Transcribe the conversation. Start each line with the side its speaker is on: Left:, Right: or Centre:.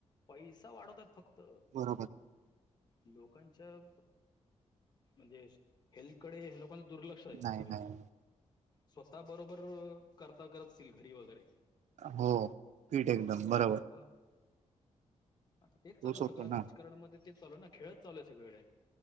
Left: पैसा वाढवतात फक्त.
Right: बरोबर
Left: लोकांच्या अ म्हणजे हेल्थकडे लोकांच दुर्लक्ष. क्ष
Right: नाही
Left: सगळ
Right: नाही नाही.
Left: स्वतः बरोबर करता करत घरी वगैरे.
Right: हो पीट एकदम बरोबर.
Left: वा. आता तेच चालू
Right: तोच होतो
Left: सगळं राजकारणमध्ये
Right: ना
Left: तेच चालूय ना खेळच चालू आहे सगळीकडे.